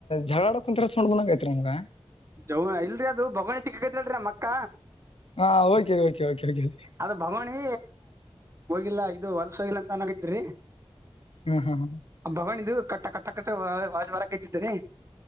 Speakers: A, on the left; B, on the right.
A: ಝಳಾಡಕ್ ಒಂತರ ಸೊಂಡ್ ಬಂದಾಗ ಆಐತ್ರಿ ನಮ್ಗ
B: ಜವ ಇಲ್ರರಿ ಅದು ಭಗವಣಿತಿ ಕಗೈತ್ಲ್ರರಿ ನಮ್ಮ ಅಕ್ಕ
A: ಹಾ ಓಕೆರಿ ಓಕೆ ಓಕೆ ಓಕ
B: ಅದ ಭಗವಣಿ ಹೋಗಿಲ್ಲಾ ಇದು ಹೊಲ್ಸ ಹೋಗಿಲ್ಲ ಅಂತ ಅನ್ಗತ್ರಿ
A: ಹ್ಮ ಹಾ ಹಾ
B: ಭಗವನ್ ಇಿದದು ಕಟ್ಟ ಕಟ್ಟ ಕಟ್ಟ ವಾಜವಾರಕ್ಕೆ್ದಿದ್ದೇನೆ